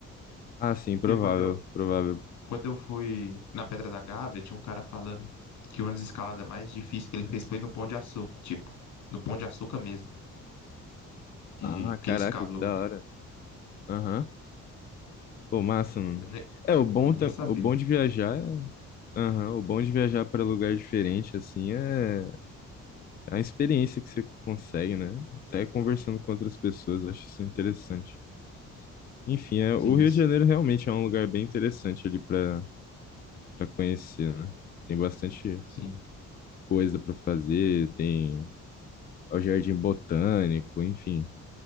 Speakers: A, on the left; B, on the left.
A: Ah, sim, provável.
B: Porque quando eu,
A: Provável.
B: quando eu fui na Pedra da Gávea, tinha um cara falando que uma das escaladas mais difíceis que ele fez foi no Pão de Açúcar, tipo, no Pão de Açúcar mesmo, que,
A: Ah,
B: que
A: caraca,
B: ele escalou.
A: que da hora. Aham. Pô, massa, mano.
B: Eu nem,
A: É, o bom,
B: eu
A: ta-
B: nem sabia.
A: o bom de viajar, é- aham, o bom de viajar para lugar diferente, assim, é a experiência que você consegue, né? Até conversando com outras pessoas, eu acho isso interessante. Enfim, é,
B: Sim,
A: o Rio
B: isso,
A: de Janeiro realmente é um lugar bem interessante ali para para conhecer, né? Tem bastante
B: sim.
A: coisa para fazer, tem o Jardim Botânico, enfim,